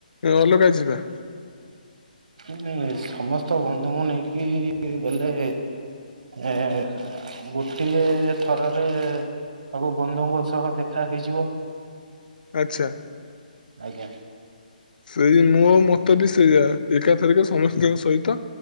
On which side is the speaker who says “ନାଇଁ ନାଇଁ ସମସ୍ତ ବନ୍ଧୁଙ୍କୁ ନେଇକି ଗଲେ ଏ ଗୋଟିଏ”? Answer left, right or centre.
Right